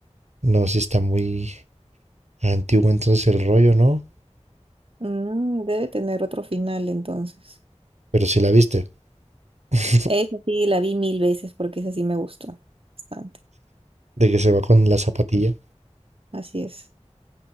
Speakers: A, on the right; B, on the right.
A: No, sí está muy antiguo entonces el rollo, ¿no?
B: Mm, debe tener otro final entonces.
A: Pero sí la viste. <laughs>
B: Esa sí, la vi mil veces porque esa sí me gustó bastante.
A: De que se va con la zapatilla.
B: Así es,